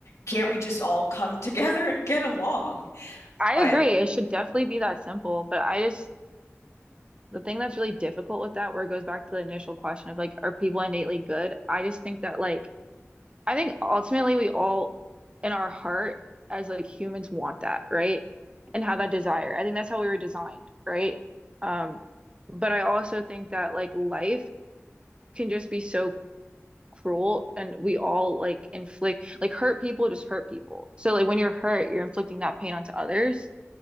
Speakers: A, on the left; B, on the right.
A: Can't we just all come <laughs> together and get along?
B: I
A: But
B: agree. It should definitely be that simple. But I just, the thing that's really difficult with that, where it goes back to the initial question of like, are people innately good? I just think that like I think ultimately we all in our heart as like humans want that, right? And have that desire. I think that's how we were designed, right? Um, but I also think that like life can just be so cruel and we all like inflict like hurt people just hurt people. So like when you're hurt, you're inflicting that pain onto others.